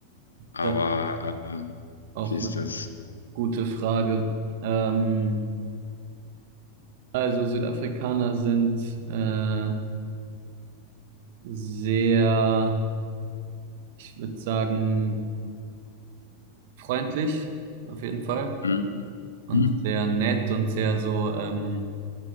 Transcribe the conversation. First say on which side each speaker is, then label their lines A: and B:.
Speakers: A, on the left; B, on the right.
A: aber
B: das ist
A: äh,
B: auch
A: wie ist
B: eine
A: das?
B: gute Frage. Ähm, also Südafrikaner sind äh, sehr, ich würde sagen, freundlich, auf jeden Fall.
A: Hm,
B: Und
A: hm,
B: sehr nett und sehr so, ähm,